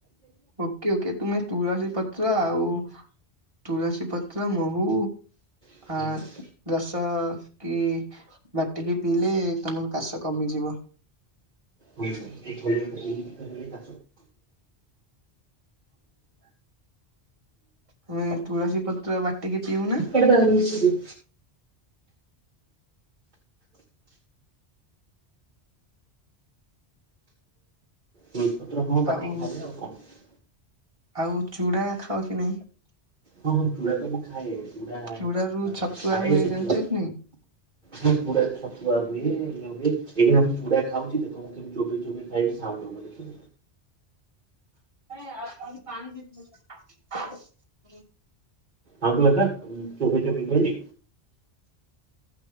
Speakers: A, on the right; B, on the right.
A: ଓକେ ଓକେ ତୁମେ ତୁଳସୀ ପତ୍ର ଆଉ ତୁ ତୁଳସୀ ପତ୍ର ମହୁ
B: କହିଯାଉଥିବେ।
A: ଆ ଜଷ୍ଟ ଦା କି ବାଟିକି ପିଇଲେ ତମର କାଶ କମିଯିବ।
B: ଏଇଟା
A: ତମେ ତୁଳସୀ ପତ୍ର ବାଟିକି ପିଉନା?
B: ତା ଦେହରେ ମିଶିଯିବ। ତୁଳସୀ ପତ୍ର ହଁ ବାଟିକି
A: ଆଉ
B: ଖାଇବି ଆଉ କଣ।
A: ଆଉ ଚୁଡା ଖାଓ କି ନାହିଁ?
B: ହଁ ହଁ ଚୁଡ଼ା ତ ମୁଁ ଖାଏ ଚୁଡ଼ା ଆ ଆ
A: ଚୁଡା ରୁ
B: ମଁ
A: ଛତୁଆ
B: ଖାଏ
A: ହୁଏ
B: <unintelligible>
A: ଜାଣିଛ କି ନାଇଁ?
B: ହଁ ଚୁଡ଼ା ରେ ଛତୁଆ ହୁଏ ଇଏ ହୁଏ ଏଇନେ ମୁଁ ଚୁଡା ଖାଉଛି ଦେଖନ୍ତୁ ଚୋବେଇ ଚୋବେଇ ଖାଏ ସାଉଣ୍ଡ ହବ ଦେଖିବ
A: ଆରେ ପାଣି ବି
B: ଆଉ ତୁ <unintelligible> ଚୋବେଇ ଚୋବେଇ ଖାଇଲି